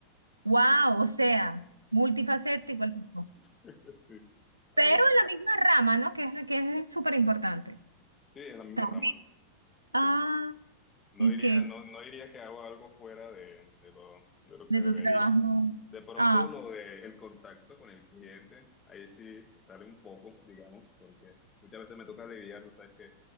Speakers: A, on the right; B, on the left.
A: Wow, o sea, multifacético el tipo.
B: <laughs> Sí, algo
A: Pero
B: así.
A: en la misma rama, ¿no? Que es, la- que es súper importante.
B: Sí, es la misma
A: También.
B: rama. Sí.
A: Ah,
B: No
A: ¿y
B: diría,
A: qué?
B: no, no diría que hago algo fuera de, de lo, de lo
A: De
B: que debería.
A: tu trabajo.
B: De pronto
A: Ah,
B: lo de el contacto con el cliente, ahí sí se sale un poco, digamos, porque muchas veces me toca lidiar, tú sabes que